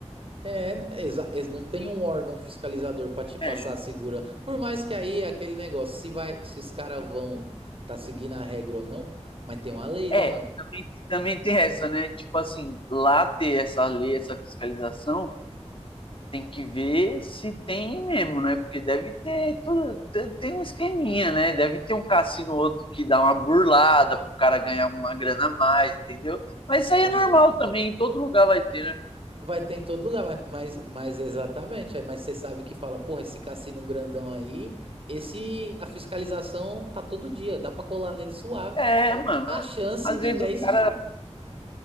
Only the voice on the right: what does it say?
É, exa- ex- não tem um órgão fiscalizador pra te passar
a segurança. Por mais que aí é aquele negócio, se vai, se os caras vão tá seguindo a regra ou não, mas tem uma lei, né,
mano?
Ah,
Com
certeza.
Vai ter em todo lugar, mas, mas, mas exatamente. aí, Mas você sabe que fala, porra, esse cassino grandão aí, esse a fiscalização tá todo dia, dá pra colar nele suave.
A chance
é de
10
em um